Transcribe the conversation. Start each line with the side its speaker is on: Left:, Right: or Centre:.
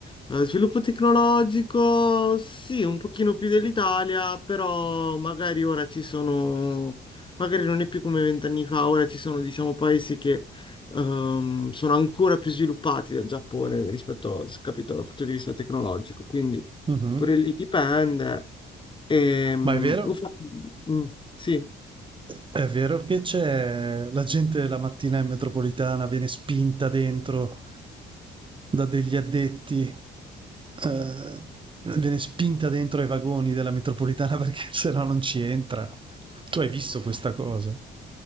Left: Eh, sviluppo tecnologico, sì, un pochino più dell'Italia, però magari ora ci sono, magari non è più come vent'anni fa, ora ci sono, diciamo, paesi che ehm, sono ancora più sviluppati del Giappone rispetto, capito, dal punto di vista tecnologico. Quindi
Right: Mhm.
Left: pure lì dipende. Ehm,
Right: Ma è vero?
Left: infatti, mm, sì.
Right: È vero che c'è la gente la mattina in metropolitana viene spinta dentro da degli addetti, eh, viene spinta dentro ai vagoni della metropolitana <laughs> perché se no non ci entra. Tu hai visto questa cosa?